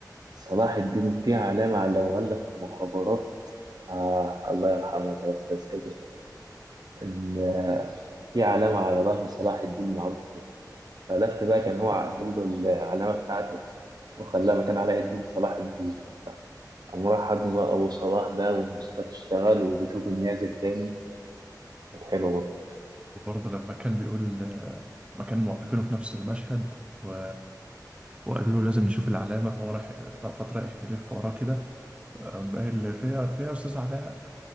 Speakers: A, on the right; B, on the right.
A: صلاح الدين فيه علامة علموها لنا في المخابرات آه الله يرحمك يا أستاذ كذا إن آه، في علامة على ظهر صلاح الدين معروف كده فلف بقى كان هو عدل له العلامة بتاعته وخلاها مكان علاء الدين صلاح الدين قام راح حضنه بقى أبو صلاح بقى والموسيقى تشتغل وبيتهوفن يعزف تاني كانت حلوة برضه
B: وبرضه لما كان بيقول ما كانوا موقفينه في نفس المشهد و... وقال له لازم نشوف العلامة فهو راح فترة يلف وراه كده أما اللي فيها فيها أستاذ علاء